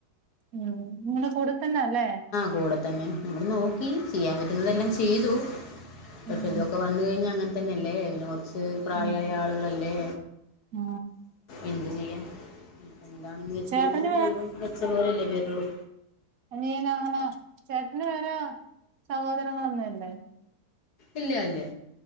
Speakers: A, on the right (about 65°); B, on the left (about 70°).
A: ഉം നിങ്ങളെ കൂടെത്തന്നെ അല്ലേ
B: കൂടെ തന്നെ നഞൾ നോക്കി ചെയ്യാൻ പറ്റുന്നതെല്ലാം ചെയ്തു പക്ഷേ
A: ഉം
B: ഇതൊക്കെ വന്ന കഴിഞ്ഞാൽ അങ്ങനെ തന്നെയല്ലേ പിന്നെ കുറച്ച് പ്രായമായ
A: ഉം
B: ആളുകളല്ലേ
A: ആ
B: എന്ത് ചെയ്യാൻ? എന്താണെന്ന് വെച്ച
A: ചേട്ടന്
B: ദൈവം വെ ച്ച പോലല്ലേ വേരുള്ളു
A: നീനങ്ങന ചേട്ടന് വേരാ സഹോദരങ്ങളൊന്നുല്ലേ?
B: ഇല്ല ഇല്ല